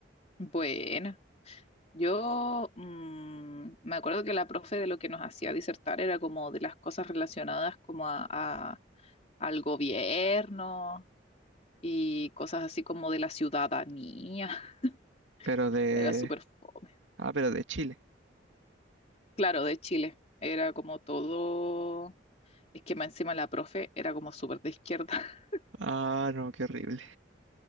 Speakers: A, on the left; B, on the right.
A: bueno, yo mm, me acuerdo que la profe de lo que nos hacía disertar era como de las cosas relacionadas como a, a- al gobierno y cosas así como de la ciudadanía.
B: Pero
A: <laughs>
B: de,
A: Era súper fome.
B: Ah, pero de Chile.
A: Claro, de Chile. Era como todo. Es que más encima la profe era como súper de izquierda. <laughs>
B: Ah, no, qué horrible.